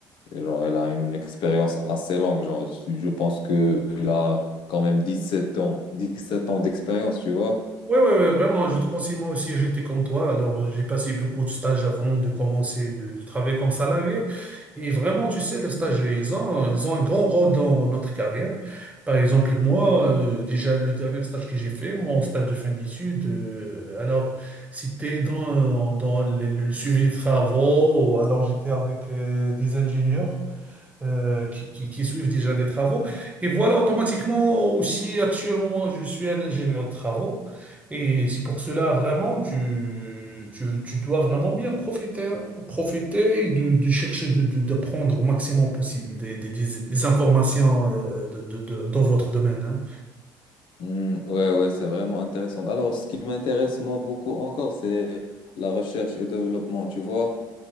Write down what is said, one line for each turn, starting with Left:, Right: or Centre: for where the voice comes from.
Left: Et genre, elle a une expérience assez longue. Genre, je pense qu'il a quand même 17 ans, 17 ans d'expérience, tu vois.
Right: Oui, oui, oui, vraiment, je te conseille, moi aussi, j'étais comme toi. Alors, euh, j'ai passé beaucoup de stages avant de commencer de, de travailler comme salarié. Et vraiment, tu sais, le stage, ils ont, ils ont un grand rôle dans notre carrière. Par exemple, moi, euh, déjà, le dernier stage que j'ai fait, mon stage de fin d'études, euh, alors, c'était dans, dans le, le suivi de travaux. Ou Alors, j'étais avec euh, des ingénieurs euh, qui, qui- qui suivent déjà des travaux. Et voilà, automatiquement aussi, actuellement, moi, je suis un ingénieur de travaux. Et c'est pour cela, vraiment, tu, tu, tu dois vraiment bien profiter, hein. profiter et de, de chercher de, de, de prendre au maximum possible des, des, des- des informations euh, de, de- de- dans votre domaine. hein.
Left: Hmm, ouais, ouais, c'est vraiment intéressant. Alors, ce qui m'intéresse moi beaucoup encore, c'est la recherche et développement, tu vois.